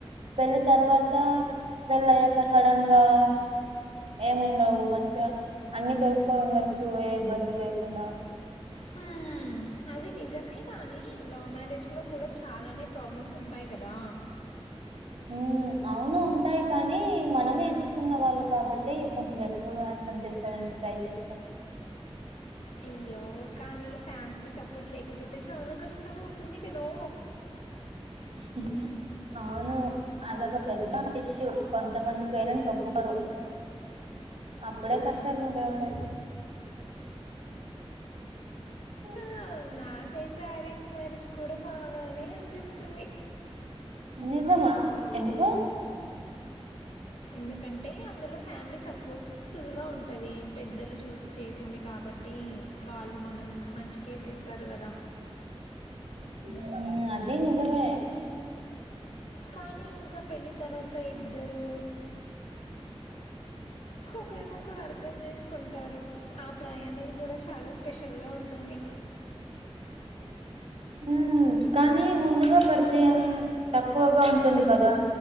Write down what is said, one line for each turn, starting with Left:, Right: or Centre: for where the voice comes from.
Right: పెళ్లి తర్వాత పెళ్ళాయ్యాక సడన్ గా. ఏమిండవు మంచిగా అన్ని తెలుసుకొని ఉండచ్చు ఏ ఇబ్బంది లేకుండా.
Left: హ్మ్. అది నిజమే కానీ లవ్ మ్యారేజ్లో కూడా చాలానే ప్రాబ్లమ్స్ ఉంటాయి కదా.
Right: ఉమ్ అవును ఉంటాయి కానీ మనమే ఎంచుకున్న వాళ్ళుం కాబట్టి కొంచెం ఎక్కువగా. అర్థం చేసుకోవడానికి ట్రై చేస్తాం.
Left: అయ్యో కానీ ఫ్యామిలీ సపోర్ట్ లేకపోతే చాలా కష్టం అవుతుంది కదా.
Right: <inaudible> అవును అదొక పెద్ద ఇష్యూ కొంతమంది పేరెంట్స్ చెప్పుకోరు. అప్పుడే కష్టాలు మొదలవుతాయి. ఓ
Left: కు నాకైతే అరేంజ్ మ్యారేజ్ కూడ బాగానే అనిపిస్తుంది.
Right: నిజమా! ఎందుకు?
Left: ఎందుకంటే అందులో ఫ్యామిలీ సపోర్ట్ ఫుల్ గా ఉంటది పెద్దలు చూసి చేసింది కాబట్టి. వాళ్ళు మనం మంచికే చేస్తారు కదా.
Right: మ్మ్ అది నిజమే.
Left: కానీ ఇంకా పెళ్లి తర్వాత ఇద్దరూ ఒకరినొకరు అ ర్థం చేసుకుంటారు ఆ ప్రయాణం కూడా చాలా స్పెషల్గా ఉంటుంది.
Right: <inaudible> మ్మ్ కానీ ముందుగా పరిచయం తక్కువగా ఉంటుంది కదా.